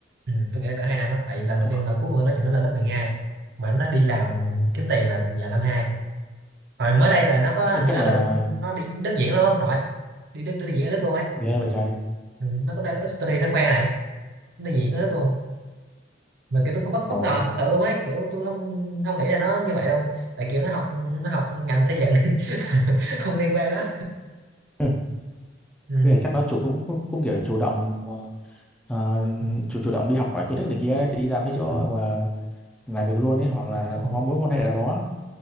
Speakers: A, on the right (about 60°); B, in the centre.
A: Ừ, tôi nghĩ là cả hai năm á tại lần đầu
B: Ủa,
A: tiên lần cuối cùng tôi nói chuyện nó là lớp mười hai mà nó đi làm kiếm tiền là là năm hai hồi mới đây là nó có
B: Thế
A: hình
B: chắc
A: như nó
B: là
A: được nó đi Đức diễn luôn không nội đi Đức đi diễn ở Đức luôn ấy
B: ghê vậy trời
A: ừ, nó có up story nó khoe này nó đi diễn ở Đức luôn mà kiểu tôi cũng bất bất
B: ồ
A: ngờ thật sự luôn ấy kiểu tôi không không nghĩ là nó như vậy luôn tại kiểu nó học nó học ngành xây dựng <laughs> không liên quan đó
B: ừ.
A: ừ.
B: bây giờ chắc nó chủ cũng cũng, cũng kiểu chủ động ờ,
A: Ừ.
B: chủ chủ động đi học hỏi kiến thức này kia ấy, đi ra mấy chỗ
A: ừ,
B: mà làm việc luôn ấy hoặc là
A: đúng rồi
B: có mối quan hệ nào đó